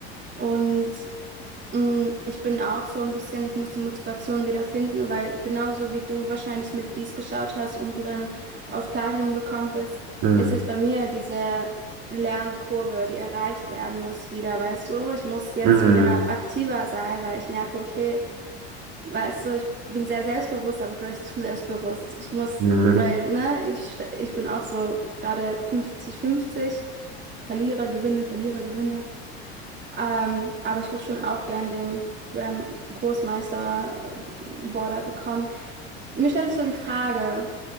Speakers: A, on the right; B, on the right.
A: Und mh, ich bin auch so ein bisschen, ich muss die Motivation wieder finden, weil genauso wie du wahrscheinlich mit Beast geschaut hast und du dann auf Platinum gekommen bist,
B: Hm.
A: ist jetzt bei mir diese Lernkurve, die erreicht werden muss, wieder, weißt du? Ich muss jetzt
B: Mhm.
A: wieder aktiver sein, weil ich merke, okay, Weißt du, ich bin sehr selbstbewusst, aber vielleicht zu selbstbewusst. Ich muss,
B: Mhm.
A: weil,
B: <laughs>
A: ne, ich, sta- ich bin auch so gerade 50-50. Ich verliere, gewinne, verliere, gewinne. Ähm, aber ich würde schon auch gern den Grand Großmeister äh, Border bekommen. Mir stellt sich so die Frage,